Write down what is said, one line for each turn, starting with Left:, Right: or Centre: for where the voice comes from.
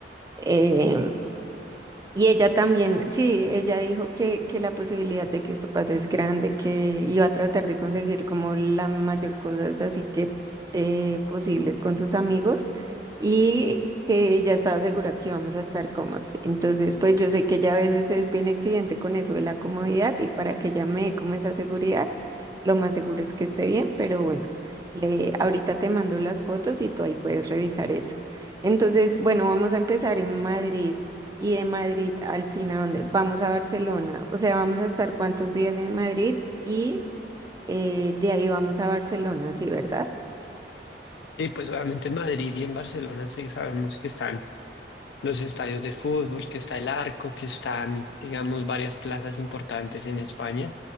Right: Eh, y ella también, sí, ella dijo que, que la posibilidad de que esto pase es grande, que iba a tratar de conseguir como la mayor cosas así que eh, posibles con sus amigos y que ella estaba segura que íbamos a estar cómodos. Entonces, pues yo sé que ella a veces es bien exigente con eso de la comodidad y para que ella me dé como esa seguridad, lo más seguro es que esté bien, pero bueno, le, ahorita te mando las fotos y tú ahí puedes revisar eso. Entonces, bueno, vamos a empezar en Madrid y de Madrid al fin a dónde? Vamos a Barcelona, o sea, vamos a estar cuántos días en Madrid y eh, de ahí vamos a Barcelona, ¿sí, verdad?
Left: Sí, pues obviamente en Madrid y en Barcelona sí sabemos que están los estadios de fútbol, que está el Arco, que están, digamos, varias plazas importantes en España